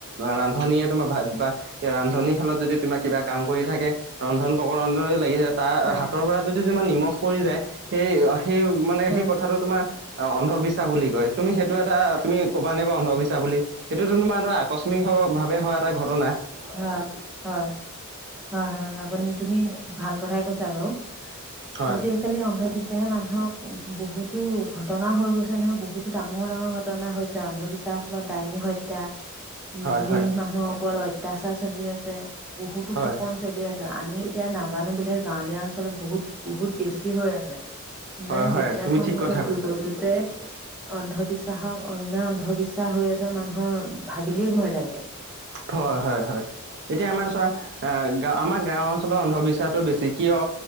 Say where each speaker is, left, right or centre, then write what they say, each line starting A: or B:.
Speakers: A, on the right; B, in the centre.
A: ৰান্ধনীয়ে তোমাৰ ভাত বা- ৰান্ধনীৰশালত যদি তোমাৰ কিবা কাম কৰি থাকে। ৰন্ধন প্ৰকৰ ৰন্ধন লাগিছে, তাৰ
B: হয়
A: হাতৰ পৰা যদি যমান নিমখ পৰি যায়। সেই, সেই মানে
B: হয়
A: সেই কথাটো তোমাৰ অন্ধবিশ্বাস বুলি কয় তুমি, সেইটো এটা তুমি ক'বা নে বাৰু অন্ধবি্বাস বুলি? সেইটো তোমাৰ আকস্মিক ভাৱে হোৱা এটা ঘটনা।
B: হয়, হয়, হয় হয় আপুনি তুমি ভাল কথাই কৈছা বাৰু,
A: হয়
B: জি আজিকালি অন্ধবিশ্বাসে মানুহক, বহুতো ঘটনা হৈ গৈছে নহয়, বহুতো ডাঙৰ ডাঙৰ ঘ ঘটনা হৈছে অন্ধবিশ্বাস ফত ডাইনী হত্যা,
A: হয়
B: নি
A: হয়
B: মানুহৰ ওপৰত হত্ তাচা চলি আছে, বহুতো
A: হয়
B: শোষণ চলি আছে। আমি এতিয়া নাজানো বুলিহে, গাঁৱলীয়া অঞ্চলত বহুত, বহুত বেছি হৈ আছে। ইমান
A: হয় হয়
B: বিজ্ঞানসন্মত
A: তুমি ঠিক কথা
B: যুগতো
A: কৈছা
B: যে, অন্ধবিশ্বাস াহক ইমান অন্ধবিশ্বাস হৈ আছে, মানুহৰ ভাবিলেই ভয় লাগে।
A: হয় হয় হয়, এতিয়া আমাৰ চোৱা, গ আমাৰ গাঁও অঞ্চলৰ অন্ধবিশ্বাস াতটো বেছি কিয়,